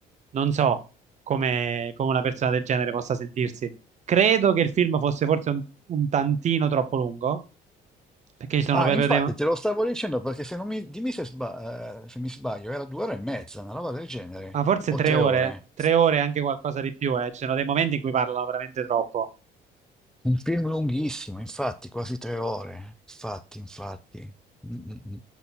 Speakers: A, on the right (about 45°); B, in the centre.
A: non so come, come una persona del genere possa sentirsi. Credo che il film fosse forse un, un tantino troppo lungo, perché ci sono
B: Ah,
A: proprio
B: infatti,
A: dei... ma
B: te lo stavo dicendo perché se non mi, dimmi se, sba- eh, se mi sbaglio, era due ore e mezza, una roba del genere,
A: forse
B: o
A: tre
B: tre
A: ore,
B: ore.
A: tre ore e anche qualcosa di più, eh. Ci sono dei momenti in cui parlano veramente troppo.
B: Un film lunghissimo, infatti, quasi tre ore. Infatti, infatti. Mm, mm, mm.